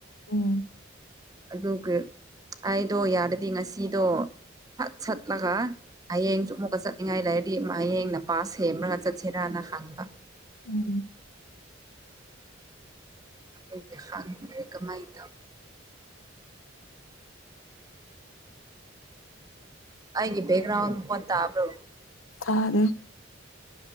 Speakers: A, on the left (about 80°); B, on the right (about 20°).
A: ꯎꯝ
B: ꯑꯗꯨꯒ ꯑꯩꯗꯣ ꯌꯥꯔꯗꯤ ꯉꯁꯤꯗꯣ ꯐꯠ ꯁꯠꯂꯒ ꯍꯌꯦꯡꯁꯨ ꯑꯃꯨꯛ ꯆꯠꯅꯤꯡꯉꯥꯏ ꯂꯩꯥꯔꯗꯤ ꯍꯌꯦꯡꯅ ꯄꯥꯁ ꯁꯦꯝꯃꯒ ꯆꯠꯁꯤꯔꯅ ꯍꯪꯕ
A: ꯎꯝ
B: ꯑꯗꯨꯒꯤ ꯈꯥꯡꯗ꯭ꯔꯦ ꯀꯃꯥꯏꯅ ꯇꯧ ꯑꯩꯒꯤ ꯕꯦꯛꯒ꯭ꯔꯥꯎꯟꯗ ꯑꯣꯠ ꯇꯥꯕ꯭ꯔꯣ
A: ꯇꯥꯔꯦ